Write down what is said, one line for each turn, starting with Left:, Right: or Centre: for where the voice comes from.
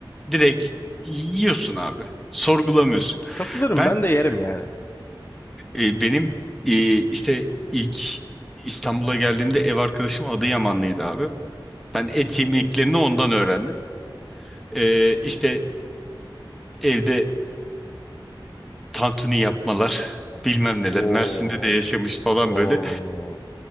Centre: direkt yiyorsun abi. Sorgulamıyorsun.
Left: Katılırım
Centre: Ben
Left: ben de yerim yani.
Centre: e, benim e, işte ilk İstanbul'a geldiğimde ev arkadaşım Adıyamanlıydı abi. Ben et yemeklerini ondan öğrendim. E, işte e, evde tantuni yapmalar bilmem neler
Left: Oo,
Centre: Mersin'de de yaşamış falan
Left: oo.
Centre: böyle.